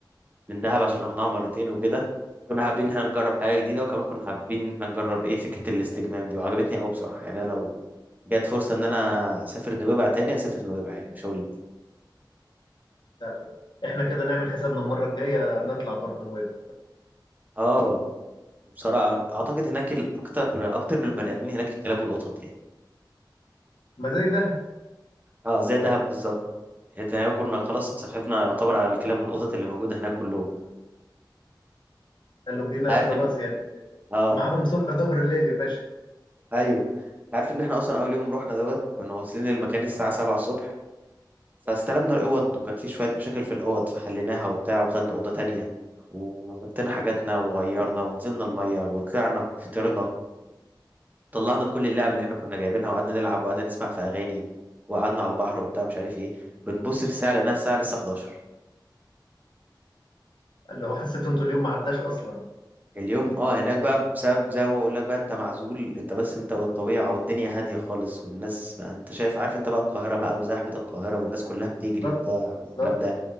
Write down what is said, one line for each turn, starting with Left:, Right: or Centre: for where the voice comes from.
Right: من دهب عشان رحناها مرتين وكده كنا حابين ان احنا نجرب حاجة جديدة وكمان كنا حابين ان احنا نجرب ايه فكرة الاستجمام دي وعجبتني قوي بصراحة يعني أنا لو جت فرصة ان انا اسافر نويبع تاني اسافر نويبع يعني مش هقول
Left: لا احنا كده نعمل حسابنا المرة الجاية نطلع برضه نويبع
Right: اه بصراحة اعتقد هناك الاكتر اكتر من البني ادمين هناك الكلاب والقطط يعني
Left: ما زي ده
Right: اه زي دهب بالظبط حته هناك كنا خلاص اتصاحبنا يعتبر على الكلاب والقطط اللي موجوده هناك كلهم
Left: قالوا بينا
Right: انت عارف
Left: خلاص
Right: ان
Left: يعني
Right: اه
Left: معاهم صبح ظهر الليل يا باشا
Right: ايوه انت عارف ان احنا اصلا اول يوم رحنا دوت كنا واصلين المكان الساعه 7 الصبح فاستلمنا الاوض وكان في شويه مشاكل في الاوض فحليناها وبتاع وخدنا اوضه تانية وحطينا حاجاتنا وغيرنا ونزلنا الميه وطلعنا فطرنا طلعنا كل اللعب اللي احنا كنا جايبينها وقعدنا نلعب وقعدنا نسمع في اغاني وقعدنا على البحر وبتاع مش عارف ايه بنبص في الساعه لقيناها الساعه لسه 11
Left: قال له حسيت انتوا اليوم ما عداش اصلا
Right: اليوم اه هناك بقى بسبب زي ما بقول لك بقى انت معزول انت بس انت والطبيعة والدنيا هادية خالص والناس بقى انت شايف عارف انت بقى القاهرة بقى وزحمة القاهرة والناس كلها بتجري
Left: بالظبط
Right: بتاع والكلام
Left: بالظبط
Right: ده